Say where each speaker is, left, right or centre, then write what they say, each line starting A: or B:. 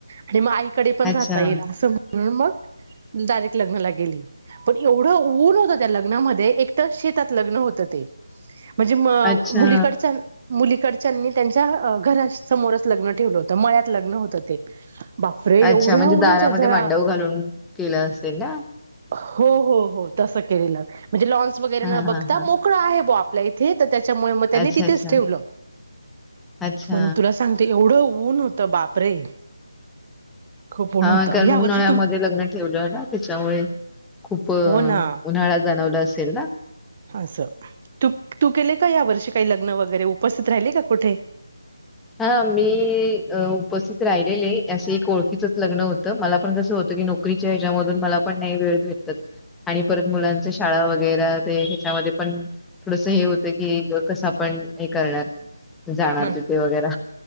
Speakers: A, on the right (about 35°); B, in the centre.
A: आणि मग आईकडे पण
B: अच्छा
A: राहता येईल असं. म्हणून मग डायरेक्ट लग्नाला गेली. पण एवढं ऊन होतं त्या लग्नामध्ये. एक तर शेतात लग्न होतं. ते. म्हणजे म
B: अच्छा
A: मुलीकडच्या मुलीकडच्यांनी त्यांच्या घरा समोरच लग्न ठेवलं होतं. मळ्यात लग्न होत ते. बापरे
B: अच्छा,
A: एवढ्या
B: म्हणजे
A: उन्हाच्या
B: दारामध्ये
A: झळा
B: मांडव घालून केल असेल ना?
A: हो-हो-हो तसं केलेलं. म्हणजे लॉन्स वगैरे
B: हा
A: न बघता
B: हा हा
A: मोकळा आहे बा आपल्या इथ. तिथे त त्याच्यामुळे मग त्यांनी
B: अच्छा
A: तिथेच
B: अच्छा
A: ठेवलं.
B: अच्छा
A: पण तुला सांग ते. एवढं ऊन होतं बापरे. खूप ऊन
B: हा
A: होतं
B: कारण
A: या वर्षी
B: उन्हाळ्यामध्ये
A: तू
B: लग्न ठेवलं ना त्याच्यामुळे. खूप उन्हाळा
A: हो ना
B: जाणवला असेल ना?
A: असं. तू तू केले का यावर्षी काही लग्न वगैरे उपस्थित राहिले का कुठे? <inaudible>
B: हा मी उपस्थित राहिलेले. असं एक ओळखीचंच लग्न होतं. मला पण कसं होतं की नो करीच्या ह्याच्यामधून मला पण नाही वेळ भेटत.
A: <inaudible>
B: आणि परत मुलां शाळा वगैरा. ते ह्याच्यामध्ये पण थोडस हे होत की, कसं आपण करणार. जाणार
A: हम्म
B: तिथे वगैरा.